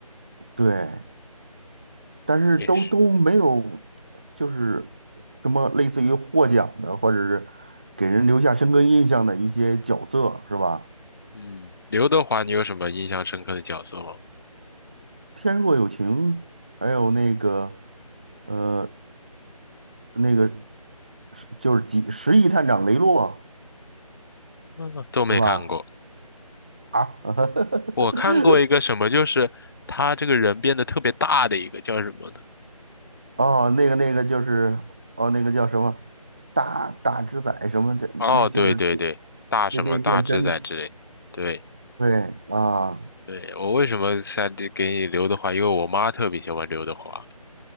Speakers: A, on the right; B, on the left.
A: 对，但是都都没有，
B: 也是。
A: 就是什么类似于获奖的，或者是给人留下深刻印象的一些角色，是吧？
B: 嗯，刘德华，你有什么印象深刻的角色吗？
A: 《天若有情》，还有那个呃那个是就是几《十亿探长雷洛》，
B: 嗯，都没看过。
A: 是吧？啊，<laughs>
B: 我看过一个什么，就是他这个人变得特别大的一个叫什么的？
A: 哦，那个那个就是哦，那个叫什么大大只仔什么的，
B: 哦，
A: 那就是
B: 对对对，大什么大只仔之类。
A: 那练健身的。
B: 对
A: 对啊，
B: 对，我为什么才给你刘德华？因为我妈特别喜欢刘德华。